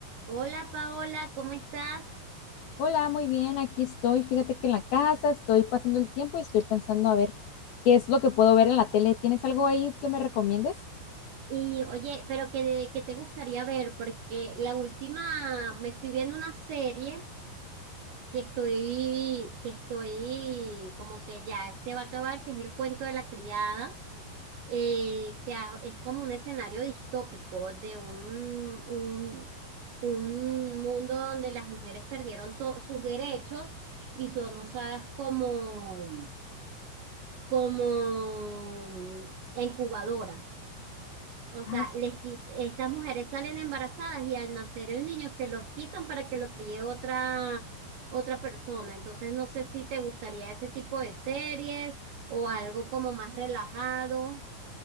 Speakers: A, on the right; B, on the left.
A: Hola Paola, ¿cómo estás?
B: Hola, muy bien, aquí estoy. Fíjate que en la casa estoy pasando el tiempo y estoy pensando a ver qué es lo que puedo ver en la tele. ¿Tienes algo ahí que me recomiendes?
A: Y oye, pero ¿qué, qué te gustaría ver? Porque la última, me estoy viendo una serie que estoy, que estoy como que ya se va a acabar, que es el cuento de la criada, eh, que ha- es como un escenario distópico de un, un, un mundo donde las mujeres perdieron to- sus derechos y son usadas como, como incubadoras. O sea,
B: Ah,
A: les quit- estas mujeres salen embarazadas y al nacer el niño se los quitan para que lo críe otra, otra persona. Entonces, no sé si te gustaría ese tipo de series o algo como más relajado.